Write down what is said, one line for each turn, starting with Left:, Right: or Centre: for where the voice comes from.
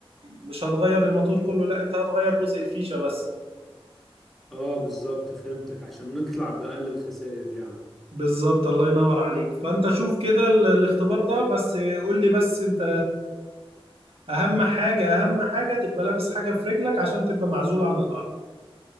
Right: مش هتغير الموتور كله لا انت هتغير جزء الفيشه بس
Centre: اه بالظبط فهمتك عشان نطلع بأقل الخسائر يعني
Right: بالظبط الله ينور عليك فانت شوف كده ال- الاختبار ده بس قول لي بس انت اهم حاجه اهم حاجه تبقى لابس حاجه في رجلك عشان تبقى معزول عن الارض